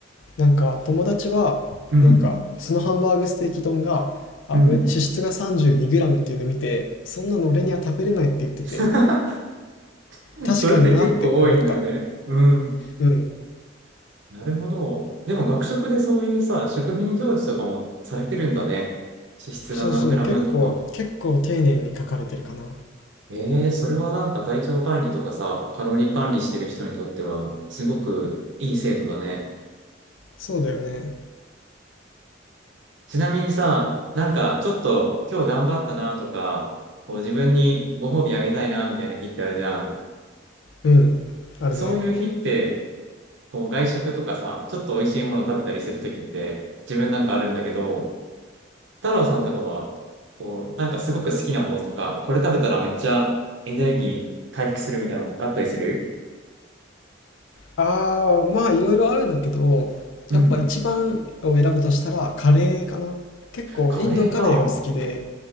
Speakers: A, on the left (about 80°); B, on the right (about 70°).
A: う。なんか、友達は、
B: うん。
A: なんか、そのハンバーグステーキ丼が、あ、
B: うん。
A: 脂質が 32g っていうのを見て、そんなの俺には食べれないって言ってて、
B: <laughs>
A: 確かになって思った。
B: それって結構多いんだよね。うん。
A: うん。
B: なるほど。でも学食でそういうさ、食品表示とかもされてるんだね。脂質が何グラムとか。
A: そうそう、結構、結構丁寧に書かれてるかな。
B: ええそれはなんか体調管理とかさ、カロリー管理してる人にとっては、すごくいい制度だね。
A: そうだよね。
B: ちなみにさ、なんかちょっと今日頑張ったなとか、こう自分にご褒美あげたいなみたいな日ってあるじゃん。
A: うん。あるね。
B: そういう日ってこう外食とかさ、ちょっと美味しいものを食べたりするときって自分なんかあるんだけど、太郎さんとかは、こう、なんかすごく好きなものとか、これ食べたらめっちゃエネルギー回復するみたいなのあったりする
A: ああ、まあいろいろあるんだけど、
B: うん。
A: やっぱ一番を選ぶとしたらカレーかな。結構インドカレーが好きで、
B: カレーか。